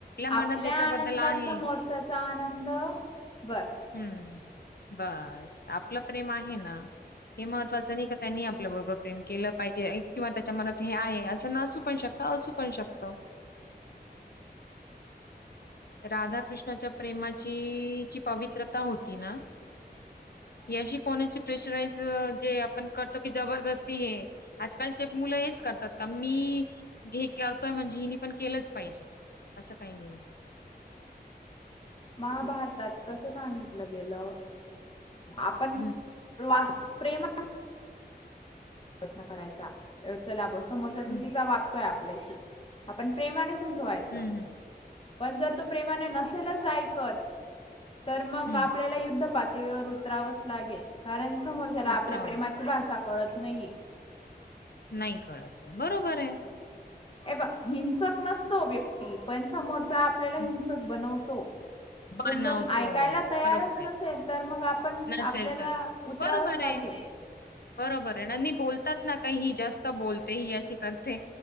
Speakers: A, on the left; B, on the left.
A: मनात
B: आपल्या
A: त्याच्याबद्दल
B: आनंदात
A: आहे
B: समोरचाचा आनंद बास.
A: हम्म. बस आपलं प्रेम आहे ना हे महत्त्वाचं नाही का त्यांनी आपल्या प्रेम केलं पाहिजे किंवा त्याच्या मनात हे आहे असं नसू पण शकत असू पण शकत. राधाकृष्णाच्या प्रेमाची जी पवित्रता होती ना.
B: ह
A: ी अशी कोणाची प्रेशराईज जे आपण करतो की जबरदस्ती हे आजकालचे मुलं हेच करतात क मी हे करतोय म्हणजे हिनी पण केलंच पाहिजे असं काही नाही
B: ह महाभारतात कसं सांगितलं गेलं आपण
A: हं,
B: वास्त प्रेमा प्रयत्न करायचा चला ब समोरथ चुकीचा
A: हं,
B: वाग आपल्याशी आपण प्रेमाने समजवायचं.
A: हं, हं.
B: पण जर तो प्रेमाने नसेलच ऐकत तर मग
A: हं,
B: आपल्याला युद्ध पातळीवर उतरावंच लागेल कारण समोरच्याला आपल्या
A: उतरावं
B: प्रेमा ची भाषा कळत नाही.
A: नाही कळत बरोबर आहे.
B: ए ब हिंसक नसतो व्यक्ती पण समोर चा आपल्याला
A: हं,
B: हिंसक बनवतो.
A: बनवतो
B: तोन जर ऐकायला तयारच
A: बरोबर आहे.
B: नसेल तर मग आपण
A: नसेल
B: आपल्याला
A: तर
B: उतरावंच
A: बरोबर
B: लागेल.
A: आहे, बरोबर आहे आणि बोलतात ना काही ही जास्त बोलते ही अशी करते